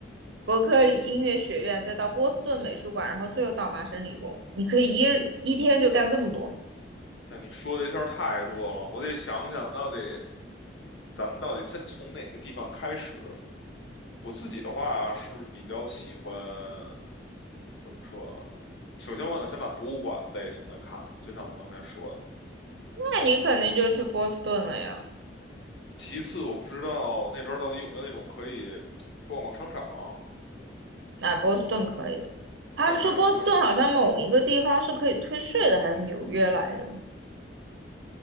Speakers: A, on the right (about 75°); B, on the left (about 90°).
A: 伯克利音乐学院，再到波士顿美术馆，然后最后到麻省理工。你可以一日一天就干这么多。
B: 那你说的一下儿太多了，我得想想到底咱们到底先从哪个地方开始。我自己的话是比较喜欢怎么说啊？首先，我想先把博物馆类型的看了，就像我刚才说的。
A: 那你肯定就去波士顿了呀。
B: 其次，我不知道那边儿到底有没有那种可以逛逛商场，
A: 那、波士顿可以。他们说波士顿好像某一个地方是可以退税的，
B: 看看有没有什么
A: 还是纽约来着？